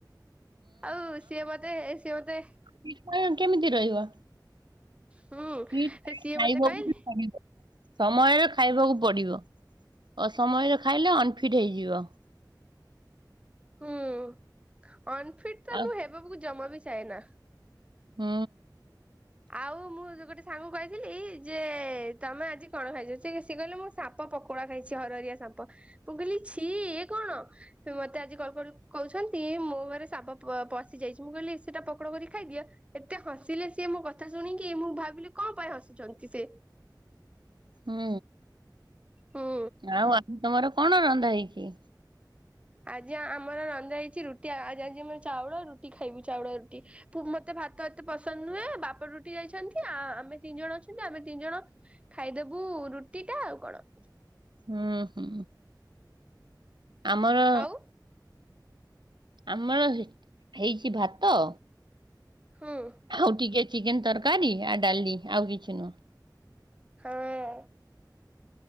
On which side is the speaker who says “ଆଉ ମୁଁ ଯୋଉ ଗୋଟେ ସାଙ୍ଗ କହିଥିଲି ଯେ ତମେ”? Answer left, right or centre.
Right